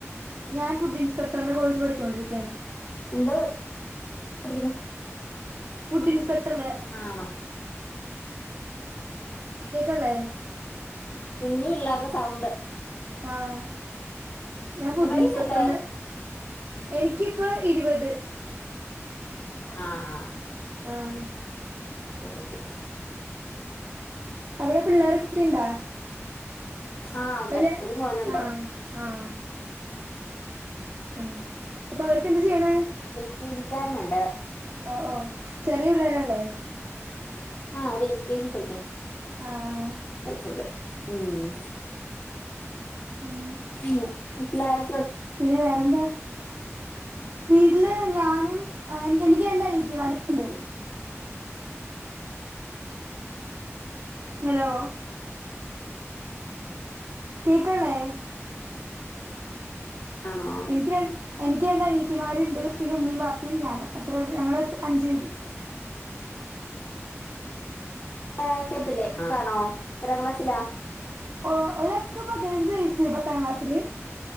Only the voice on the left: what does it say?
എന്തോ? പഠിക്കുന്നെ
ആണോ
കുഞ്ഞു പിള്ളാർടെ സൗണ്ട്.
എത്ര
വയസുണ്ട്
ആ ആ
കെ കെ
ആഹ് ഉണ്ട്
ഒരു മോനുണ്ട്.
<unintelligible> ക്കാരനുണ്ട്.
ആഹ് ഒര് എൽ കെ ജി പഠിക്കുന്നു.
<unintelligible> ഉം.
ഉം ട്ടിലാരെ
ആണോ
ഏ <inaudible> കേകത്തില്ലേ <inaudible> ആണോ എത്രാം ക്ലാസ്സിലാ?